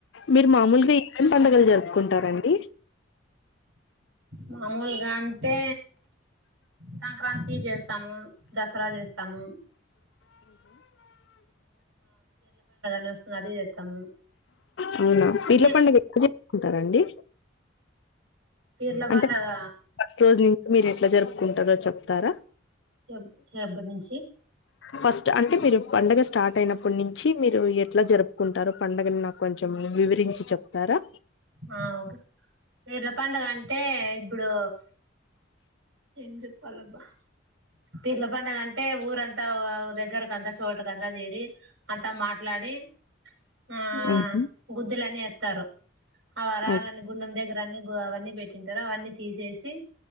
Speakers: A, on the left (about 65°); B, on the right (about 85°).
A: మీరు మామూలుగా ఏం పండగలు జరుపుకుంటారండి
B: మామూలుగా అంటే సంక్రాంతి చేస్తాము. దసరా చేస్తాము. నస్తోంది అది చేస్తాము.
A: అవునా పీర్ల
B: అన్నీ
A: పండగ ఎప్పుడు జరుపుకుంటారండి?
B: పీర్ల
A: అంటే
B: పండగ
A: నా ఫస్ట్ రోజు నుంచి మీరు ఎట్ల జరుపుకుంటారో చెప్తారా?
B: రెప్ రేపటి నుం
A: ఫస్ట్ అంటే మీరు పండగ స్టార్ట్ అయినప్పటి నుంచి మీరు ఎట్లా జరుపు కుంటారు పండుగని నాకు కొంచెం వివరించి చెప్తారా?
B: ఆ ఓకే, పీర్ల పండగ అంటే ఇప్పుడు ఏం చెప్పాలబ్బా పీర్ల పండగ అంటే ఊరంతా దగ్గరకి అంతా తోటకంత చేరి అంత మాట్లాడి ఆ
A: ఊహు,
B: గుద్దులని ఎస్తారు, ఆ రాళ్ళని
A: ఓకే
B: గుండెం దగ్గర్ రన్నీ గు అవన్నీ పెట్టింటారు అవన్నీ తీసేసి